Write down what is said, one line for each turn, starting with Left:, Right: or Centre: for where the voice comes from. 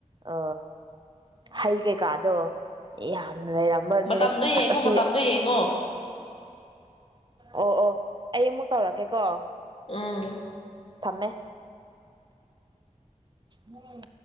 Right: ꯑ ꯍꯩ ꯀꯩꯀꯥꯗꯣ ꯌꯥ ꯂꯩꯔꯝꯕꯅꯤꯗ
Left: ꯃꯇꯝꯗꯣ ꯌꯦꯡꯉꯣ
Right: ꯑꯁ ꯑꯁꯤ
Left: ꯃꯇꯝꯗꯣ ꯌꯦꯡꯉꯣ
Right: ꯑꯣ ꯑꯣ ꯑꯩ ꯑꯃꯨꯛ ꯇꯧꯔꯛꯀꯦꯀꯣ
Left: ꯎꯝ
Right: ꯃꯃꯦ ꯎꯝ